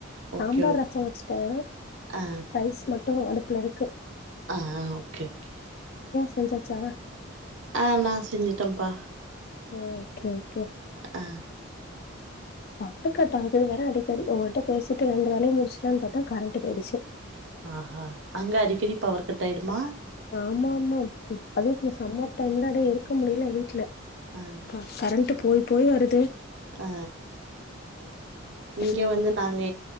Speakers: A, on the right; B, on the left.
A: ஓகே
B: சாம்பார்
A: ஓகே
B: ரஸோ வச்சுட்டே
A: ஆ
B: ரைஸ் மட் டு அடுப்புலருக்கு
A: ஆ ஓகே ஓகே
B: சம்சாச்சா
A: ஆ நா செஞ்சுட்டேபா
B: ஒ ஓகே - ஓகே
A: ஆ
B: பவர் கட் ஆகுது வேற அடிக்கடி உங்கள்ட்ட பேசிட்டு ரெண்டு வேலேயு முடிச்சிர்லானு பாத்தே கரண்ட் போய்டுச்சு
A: ஆஹா அங்க அடிக்கடி பவர் கட் ஆய்டுமா
B: ஆமா- ஆமோ அதுக்கி சம்மத் தந்ததே இருக் முடியல வீட்ல
A: அ
B: பா கரெண்ட்டு போய் போய் வருது
A: ஆ இங்க
B: ம்
A: வந்து நாங்க